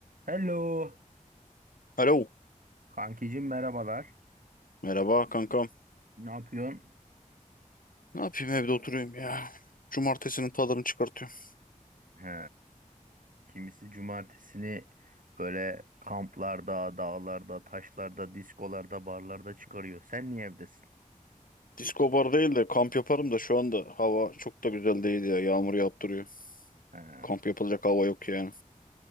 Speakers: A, on the right; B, on the left.
A: Hello.
B: Alo.
A: Kankicim merhabalar.
B: Merhaba kankam.
A: Ne yapıyorsun?
B: Ne yapayım evde oturuyorum ya. Cumartesinin tadını çıkartıyorum.
A: He, kimisi cumartesini böyle kamplarda, dağlarda, taşlarda, diskolarda, barlarda çıkarıyor. Sen niye evdesin?
B: Disko bar değil de kamp yaparım da şu anda hava çok da güzel değil ya. Yağmur yaptırıyor.
A: He,
B: Kamp yapılacak hava yok yani.